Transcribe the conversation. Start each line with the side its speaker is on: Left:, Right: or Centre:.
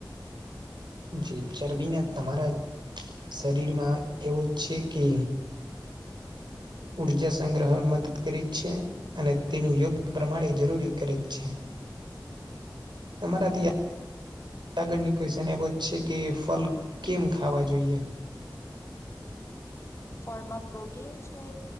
Right: જી ચરબીને તમારા શરીરમાં એવું છે, કે ઉર્જા સંગ્રહ મદદ કરી છે. અને તેનું યોગ્ય પ્રમાણે જરૂરી કરે છે તમારા
Left: હમ
Right: તં આગળની ક્વશન એ બ છે, કે ફલ કેમ ખાવા જોઈએ
Left: ફળમાં પ્રોટીન છે,